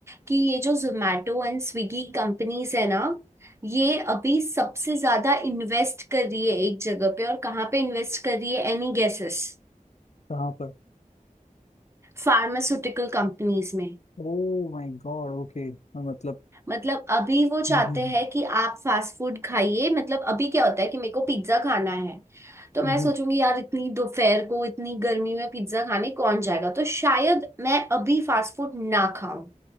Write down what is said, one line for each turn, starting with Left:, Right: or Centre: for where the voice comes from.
Right: कि ये जो जोमेटो एंड स्विगी कंपनीज है ना ये अभी सबसे ज्यादा इन्वेस्ट कर रही है एक जगह पे और कहाँ पे इन्वेस्ट कर रही है Any guesses
Left: कहाँ पर
Right: फार्मास्यूटिकल कंपनीज में
Left: Oh my god ओके मतलब
Right: मतलब अभी वो चाहते
Left: हम्म, हम्म, हम्म,
Right: हैं कि आप फास्ट फूड खाइए मतलब अभी क्या होता है कि मेरे को पिज्जा खाना है तो
Left: हम्म,
Right: मैं
Left: हम्म,
Right: सोचूंगी यार इतनी दोपहर को इतनी गर्मी में पिज्जा खाने कौन जाएगा तो शायद मैं अभी फास्ट फूड ना खाऊं